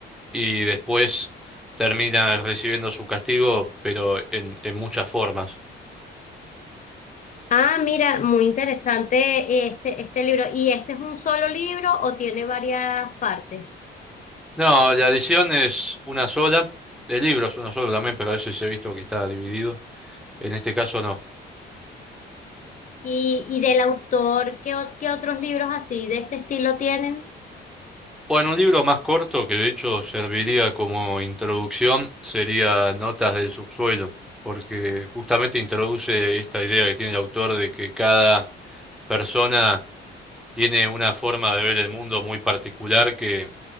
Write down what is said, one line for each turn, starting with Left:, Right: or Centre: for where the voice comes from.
Centre: y después termina recibiendo su castigo, pero en, en muchas formas.
Left: Ah, mira, muy interesante este, este libro. ¿Y este es un solo libro o tiene varias partes?
Centre: No, la edición es una sola, el libro es uno solo también, pero a veces he visto que está dividido. En este caso no.
Left: Y, y del autor, ¿qué, o- qué otros libros así de este estilo tienen?
Centre: Bueno, un libro más corto que de hecho serviría como introducción sería Notas del subsuelo, porque justamente introduce esta idea que tiene el autor de que cada persona tiene una forma de ver el mundo muy particular que